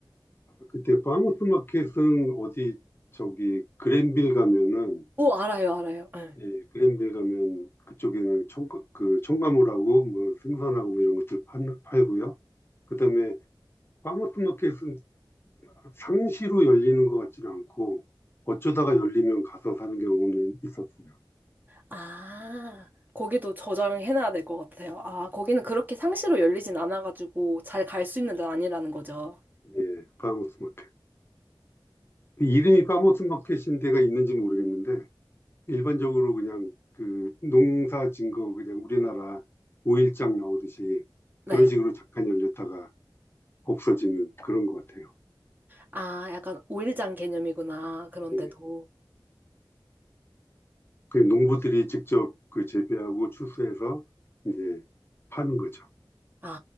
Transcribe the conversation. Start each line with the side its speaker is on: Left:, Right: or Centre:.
Left: 그때 파머스 마켓은 어디, 저기, 그랜빌 가면은,
Right: 오, 알아요, 알아요. 예.
Left: 예, 그랜빌 가면 그쪽에는 청, 그 청가물하고 뭐 생선하고 뭐 이런 것들 팔, 팔고요. 그 다음에 파머스 마켓은 상시로 열리는 것 같지는 않고 어쩌다가 열리면 가서 사는 경우는 있었어요.
Right: 아, 거기도 저장해놔야 될 것 같아요. 아, 거기는 그렇게 상시로 열리진 않아가지고 잘 갈 수 있는 데는 아니라는 거죠.
Left: 예, 파모스 마켓. 그 이름이 파모스 마켓인 데가 있는지 모르겠는데 일반적으로 그냥 그 농사 진거 그냥 우리나라 오일장 나오듯이
Right: 네.
Left: 그런 식으로 잠깐 열렸다가 없어지는 그런 것 같아요.
Right: 아, 약간 오일장 개념이구나. 그런데도.
Left: 예. 그 농부들이 직접 그 재배하고 추수해서 이제 파는 거죠.
Right: 아.